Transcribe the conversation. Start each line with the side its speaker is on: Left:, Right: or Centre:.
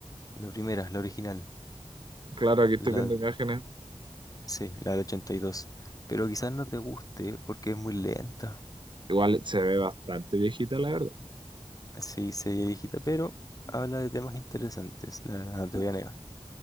Left: La primera, la original.
Right: Claro, aquí estoy
Left: La,
Right: viendo imágenes.
Left: sí, la del 82, Pero quizás no te guste porque es muy lenta.
Right: Igual se ve bastante viejita, la verdad.
Left: Sí, se ve viejita, pero habla de temas interesantes, la verdad, no te voy a negar.